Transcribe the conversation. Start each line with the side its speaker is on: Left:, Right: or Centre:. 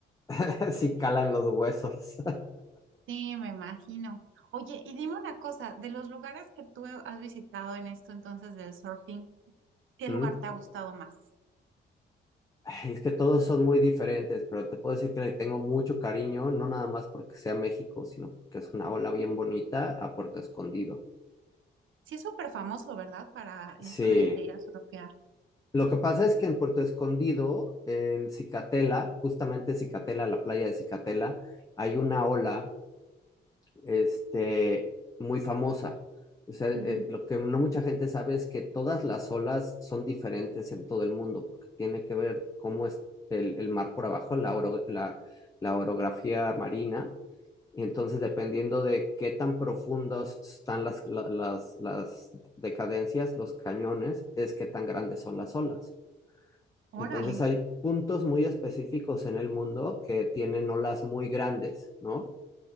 Left: <laughs> sí calan los huesos.
Right: Sí, me imagino. Oye, y dime una cosa, de los lugares que tú has visitado en esto entonces del surfing, ¿qué
Left: <laughs>
Right: lugar te ha gustado más?
Left: Ay, Es que todos son muy diferentes, pero te puedo decir que le tengo mucho cariño, no nada más porque sea México, sino porque es una ola bien bonita a Puerto Escondido.
Right: Sí, es súper famoso, ¿verdad? Para eso
Left: Sí.
Right: de, de ir a surfear.
Left: Lo que pasa es que en Puerto Escondido, en Cicatela, justamente Cicatela, la playa de Cicatela, hay una ola este, muy famosa. O sea, eh,
Right: Ujú.
Left: lo que no mucha gente sabe es que todas las olas son diferentes en todo el mundo, porque tiene que ver cómo es el, el mar por abajo, la, oro, la, la orografía marina, y entonces, dependiendo de qué tan profundas están las, la- las, las, decadencias, los cañones, es qué tan grandes son las olas.
Right: Órale.
Left: Entonces, hay puntos muy específicos en el mundo que tienen olas muy grandes, ¿no?